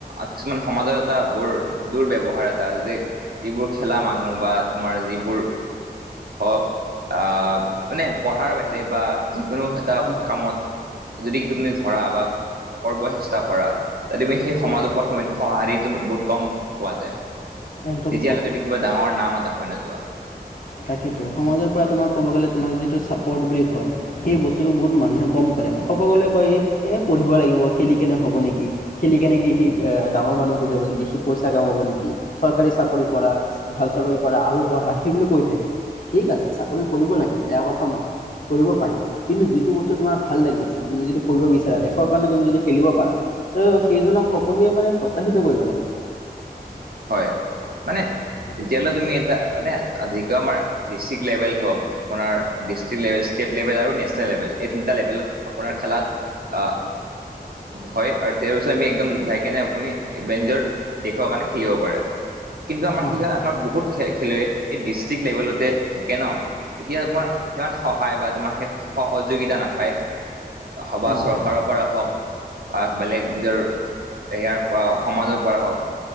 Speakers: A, on the right; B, on the left.
A: কিছুমান সমাজৰ এটা বৰ দুব্যৱহাৰ এটা আছে যে যিবোৰ খেলা মানুহ বা তোমাৰ যিবোৰ হওক আহ মানে পঢ়াৰ বাহিৰে বা যিকোনো এটা
B: অ
A: কামত যদি কৰা বা কৰিব চেষ্টা কৰা তুমি সেই
B: হয়
A: সমাজৰ পৰা সঁহাৰি বহুত কম- পোৱা যায়
B: একদম
A: তেতিয়াহ'লে তুমি কিবা ডাঙৰ নাম এটা হৈ নাযোৱা।
B: তাকেইেতো সমাজৰ পৰা তোমাৰ ক'ব গ'লে তোমাক যিটো। পৰ্ট বুলি কয় সেই বস্তুটো বহুত মানুহে কম কৰে সকলোৱে কয় এই পঢ়িব লাগিব খেলি কেনে- হব নেকি খেলিকেনে কি সি ডাঙৰ মানুহ হৈ যাব নেকি সি- পইচা কাম হব নেকি চৰকাৰী চাকৰি কৰা ভাল চাকৰি কৰা আৰু পঢ়া সেইবুলি কই থাকে। ঠিক আছে চাকৰি কৰিব লাগে বেয়া কথাও নহয় কৰিব পাৰি কিন্তু যিটো বস্তু তোমাৰ ভাল লাগি আছে। তুমি যিটো কৰিব বিচাৰা দেশৰ কাৰণে তুমি যদি খেলিব পাৰা ত সেইজনক সকলোৱে মানে প্ৰত্যহিত কৰিব লাগে।
A: হয় মানে।
B: মইতো
A: তেতিয়াহলে
B: তাকে ভাবো
A: তুমি এ এে যিটো আমাৰ ডিষ্ট্ৰিক্ট লেভেল হওঁক আপোনাৰ ডষ্ট্ৰিক্ লেল- ষ্টেট লেভেল আৰু নেচনেল লেভেল এই তিনিটা লেভেলত আপোনাৰ খেলাত- অ হয় আৰু পিছত আমি একদম যাই পিনে আপুনি <unintelligible> কিয় পাৰে। কিন্তু আমাৰ
B: অ অ
A: কি হয় আমাৰ বহুত খ খেলুৱৈ এই ডিষ্ট্ৰিক্ট লেভেলতে থাকে। ন এতিয়া তোমাৰ সিমান সহায় বা তোমাৰ সেই সহযোগিতা নাপায়। সবা
B: নাপায়
A: চৰকাৰৰ পৰা হওক- বা বেলেগ নিজৰ ইয়াৰ পৰা সমাজৰ পৰা। হওক